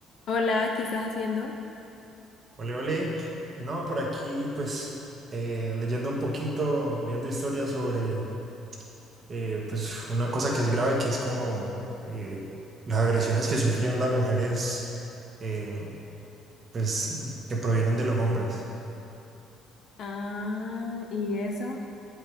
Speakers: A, on the left; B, on the right.
A: Hola, ¿qué estás haciendo?
B: Ole, ole. No, por aquí, pues, eh, leyendo un poquito, viendo historias sobre, eh, pues, una cosa que es grave, que es como eh, las agresiones que sufren las mujeres, eh, pues, que provienen de los hombres.
A: Ah, ¿y eso?